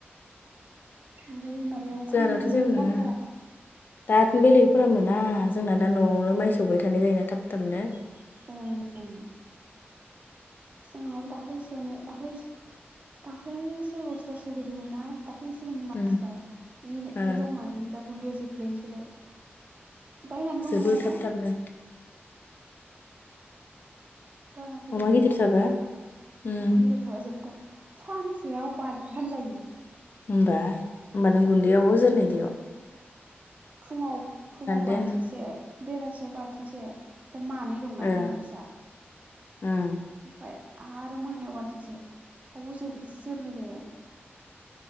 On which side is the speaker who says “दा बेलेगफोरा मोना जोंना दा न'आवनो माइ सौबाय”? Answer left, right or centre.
Left